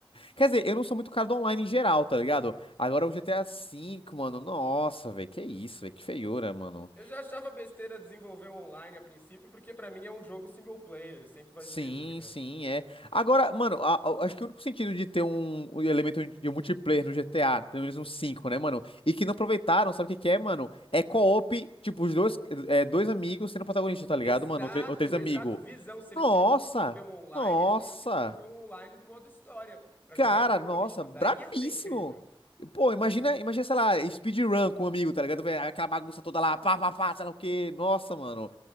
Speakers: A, on the left; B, on the left.
A: Quer dizer, eu não sou muito cara do online em geral, tá ligado? Agora o GTA V, mano, nossa, velho, que isso, velho, que feiura, mano.
B: Eu já achava besteira desenvolver o online a princípio, porque pra mim é um jogo single player, sempre vai
A: Sim,
B: ser, tá ligado?
A: sim, é. Agora, mano, a- a- acho que o único sentido de ter um, um elemento de um multiplayer no GTA, pelo menos no 5 né, mano? E que não aproveitaram, sabe o que que é, mano? É co-op, tipo, os dois, é, dois amigos sendo protagonista, tá ligado,
B: Exato,
A: mano? Ou, tre- ou três amigos.
B: exato, visão. Se eles
A: Nossa!
B: tinham que desenvolver um online,
A: Nossa!
B: eles teriam que desenvolver um online do modo história, pra
A: Cara,
B: jogar com
A: nossa,
B: amigos.
A: brabíssimo.
B: Aí ia ser incrível.
A: Pô, imagina, imagina, sei lá, speedrun com um amigo, tá ligado? Vê Aquela bagunça toda lá, pá, pá, pá, sei lá o quê. Nossa, mano.